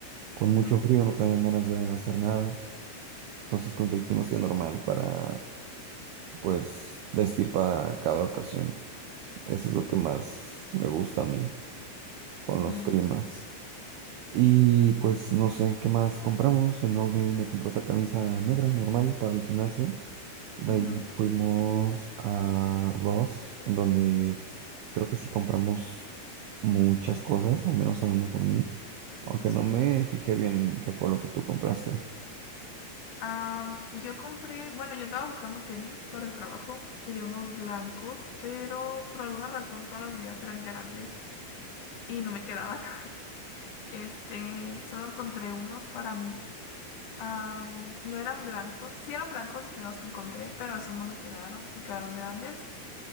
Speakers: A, on the right; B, on the left.
A: Con
B: ujú,
A: mucho frío no te dan ganas de hacer nada. Entonces, con que el clima esté normal para, pues, vestir para cada ocasión. Eso es lo que más me gusta a mí con
B: ujú,
A: los climas. Y pues no sé qué más compramos. En Old Navy me compró otra camisa negra normal para el gimnasio. De
B: ujú,
A: ahí fuimos a Ross, en donde creo que sí compramos muchas cosas, al menos hablando por mí, aunque
B: sí.
A: no me fijé bien qué fue lo que tú compraste.
B: Am, yo compré, bueno, yo andaba buscando tenis para el trabajo. Quería unos blancos, pero por alguna razón todas las medidas eran grandes y no me quedaban. Este, solo encontré unos para mí. Am, no eran blancos, sí eran blancos los primeros que encontré, pero esos no me quedaron, me quedaron grandes.